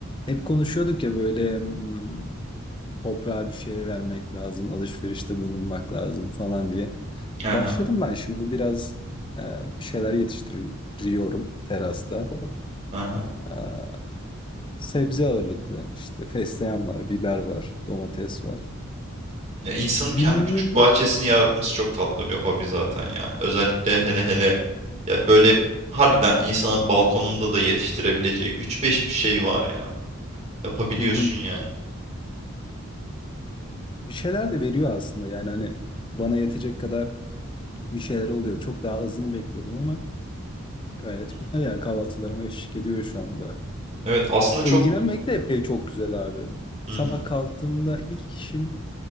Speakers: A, on the left; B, on the right.
A: Hep konuşuyorduk ya böyle hmm, toprağa bir şey vermek lazım, alışverişte bulunmak lazım falan diye.
B: Aha,
A: Başladım ben şimdi biraz e, bir şeyler yetiştiriyorum terasta.
B: aha.
A: E, sebze ağırlıklı işte fesleğen var, biber var, domates var.
B: Ya insanın
A: Günümün
B: kendi küçük bahçesini yaratması çok tatlı bir hobi zaten ya. Özellikle hele hele ya böyle harbiden insanın balkonunda da yetiştirebileceği üç beş bir şey var ya. Yapabiliyorsun
A: Hı hı.
B: yani.
A: bir şeyler de veriyor aslında yani hani bana yetecek kadar bir şeyler oluyor. Çok daha azını bekliyordum ama gayet
B: Hı hı.
A: güzel yani kahvaltılarıma eşlik ediyor şu anda.
B: Evet aslında çok
A: İlgilenmek de epey çok güzel abi.
B: Hı
A: Sabah
B: hı.
A: kalktığımda ilk işim